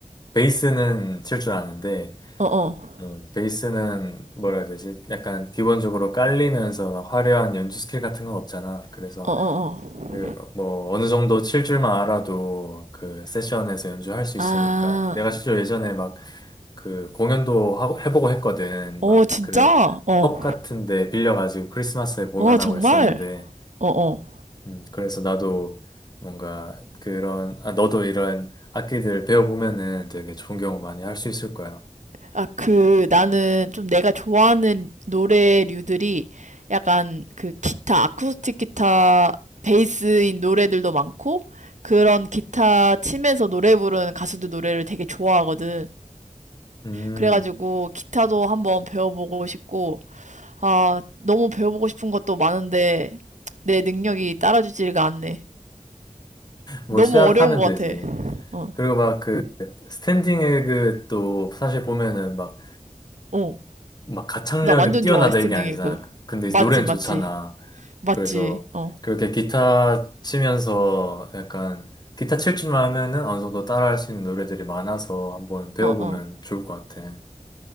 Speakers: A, on the left; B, on the right.
A: 베이스는 칠 줄 아는데,
B: 어어,
A: 음, 베이스는 뭐라 해야 되지? 약간 기본적으로 깔리면서 막 화려한 연주 스킬 같은 건 없잖아. 그래서
B: 어어어.
A: 그, 뭐, 어느 정도 칠 줄만 알아도 그 세션에서 연주할 수 있으니까.
B: 아,
A: 내가 실제로 예전에 막 그 공연도 하고, 해보고 했거든.
B: 어,
A: 막
B: 진짜?
A: 그
B: 어,
A: 펍 같은데 빌려가지고 크리스마스에 공연하고
B: 어, 정말?
A: 했었는데,
B: 어어.
A: 음, 그래서 나도 뭔가 그런, 아, 너도 이런 악기들 배워보면은 되게 좋은 경험 많이 할 수 있을 거야.
B: 아, 그, 나는 좀 내가 좋아하는 노래류들이 약간 그 기타, 아쿠스틱 기타, 베이스인 노래들도 많고, 그런 기타 치면서 노래 부르는 가수들 노래를 되게 좋아하거든.
A: 음,
B: 그래가지고 기타도 한번 배워보고 싶고, 아, 너무 배워보고 싶은 것도 많은데 내 능력이 따라주지가 않네.
A: 뭐
B: 너무
A: 시작하면
B: 어려운 것
A: 되지.
B: 같아. 어,
A: 그리고 막 그 스탠딩 에그 또 사실 보면은 막
B: 어, 어,
A: 막 가창력이
B: 나 완전
A: 뛰어나다
B: 좋아해 스탠딩
A: 이게 아니잖아.
B: 에그.
A: 근데 이제
B: 맞지,
A: 노래는
B: 맞지,
A: 좋잖아.
B: 맞지.
A: 그래서
B: 어,
A: 그렇게 기타 치면서 약간 기타 칠 줄만 하면은 어느 정도 따라할 수 있는 노래들이 많아서 한번 배워보면
B: 어, 어.
A: 좋을 것 같아.